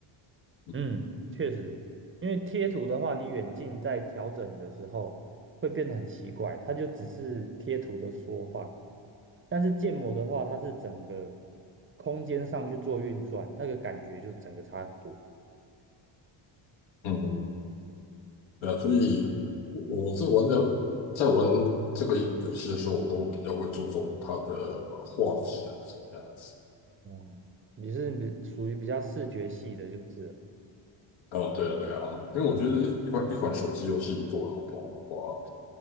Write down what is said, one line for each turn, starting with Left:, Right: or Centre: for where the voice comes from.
Left: 模。
Right: 嗯，
Left: 嗯，
Right: 确实，因为贴图的话，你远近在调整的时候会变得很奇怪，它就只是贴图的缩放。但是建模的话，它是整个空间上去做运算，那个感觉就整个差很多。
Left: 嗯嗯，对啊，所以我我在玩的，在玩这个游戏的时候，我都比较会注重它的呃画质这样子。
Right: 哦，你是比属于比较视觉系的，就是了。
Left: 哦，对啊，对啊，因为我觉得一款一款手机游戏做的好不好的话，